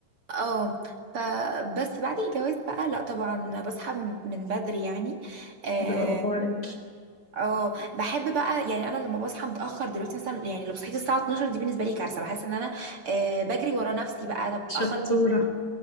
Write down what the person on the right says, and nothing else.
آه. فبس بعد الجواز بقى لا طبعا بصحى من بدري يعني آه،
اه بحب بقى يعني انا لما بصحى متاخر دلوقتي مثلا يعني لو صحيت الساعه 12 دي بالنسبه لي كارثه بحس ان انا آه بجري ورا نفسي بقى طب
اخلص